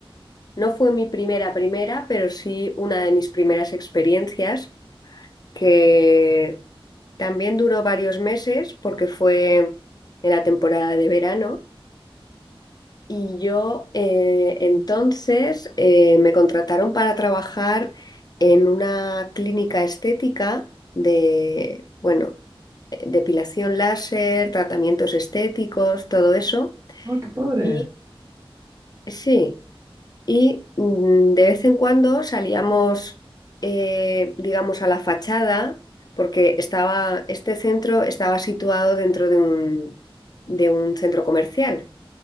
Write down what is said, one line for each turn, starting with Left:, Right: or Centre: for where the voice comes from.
Left: no fue mi primera primera, pero sí una de mis primeras experiencias que también duró varios meses porque fue en la temporada de verano Y yo eh, entonces eh, me contrataron para trabajar en una clínica estética de, bueno, eh, depilación láser, tratamientos estéticos, todo eso.
Right: Ay, qué padre.
Left: Y sí, y mm, de vez en cuando salíamos, eh, digamos, a la fachada, porque estaba, este centro estaba situado dentro de un, de un centro comercial.